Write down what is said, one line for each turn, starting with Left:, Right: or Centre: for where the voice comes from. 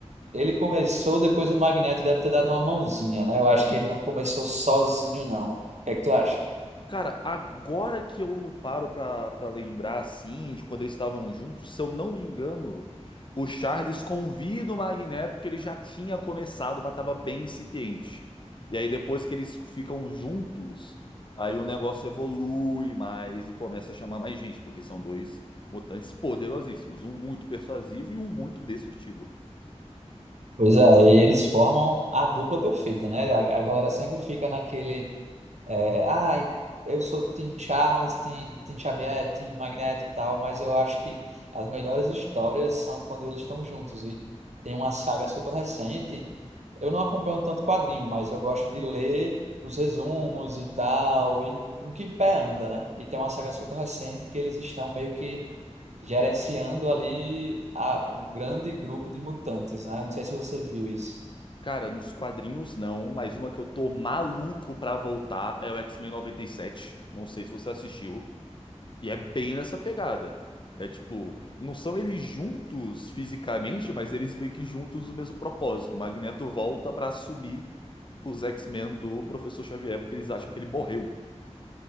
Right: ele começou depois do Magneto, deve ter dado uma mãozinha, né? Eu acho que ele não começou sozinho, não. O que é que tu acha?
Left: Cara, agora que eu paro pra, pra lembrar, assim, de quando eles estavam juntos, se eu não me engano, o Charles convida o Magneto, que ele já tinha começado, mas tava bem incipiente. E aí depois que eles ficam juntos, aí o negócio evolui mais e começa a chamar mais gente, porque são dois mutantes poderosíssimos, um muito persuasivo e um muito destrutivo.
Right: Pois é, e eles formam a dupla perfeita, né? A, a galera sempre fica naquele. É, ai, eu sou Tim Charles, Tim, Tim Xavier, Tim Magneto e tal, mas eu acho que as melhores histórias são quando eles estão juntos. E tem uma saga super recente. Eu não acompanho tanto quadrinho, mas eu gosto de ler os resumos e tal, em, em que pé anda, né? E tem uma saga super recente que eles estão meio que gerenciando ali a, o grande grupo de mutantes, né? Não sei se você viu isso.
Left: Cara, nos quadrinhos não, mas uma que eu tô maluco pra voltar é o X-Men 97. Não sei se você assistiu. E é bem nessa pegada. É tipo, não são eles juntos fisicamente, mas eles meio que juntos o mesmo propósito. O Magneto volta pra assumir os X-Men do Professor Xavier, porque eles acham que ele morreu.